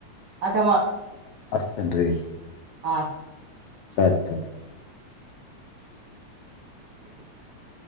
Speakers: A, on the right (about 55°); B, on the left (about 70°).
A: ಆಟ
B: ಅಸ್ತೇನ್ ರೀ.
A: ಆ
B: ಸರ್ ತರ್ <unintelligible>
A: <inaudible>